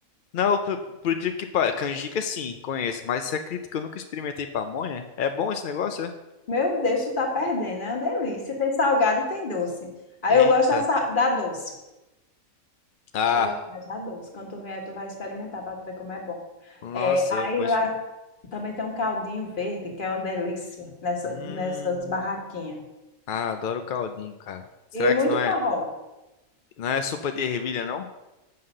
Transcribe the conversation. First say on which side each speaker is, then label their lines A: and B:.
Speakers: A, on the left (about 60°); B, on the left (about 35°).
A: Não, por, por incrível que pareça, canjica sim, conheço, mas você acredita que eu nunca experimentei pamonha? É bom esse negócio? é?
B: Meu Deus, tu tá perdendo, é uma delícia. Tem salgado e tem doce. Aí
A: Eita.
B: eu gosto da, sa- da doce.
A: Ah,
B: Eu gosto mais da doce. Quando tu vier, tu vai experimentar para tu ver como é bom.
A: nossa,
B: É, aí
A: poxa.
B: lá Também tem um caldinho verde, que é uma delícia, nessa,
A: Hum.
B: nessas barraquinhas.
A: Ah, adoro caldinho, cara. Será
B: E muito
A: que não
B: forró.
A: é, não é sopa de ervilha, não?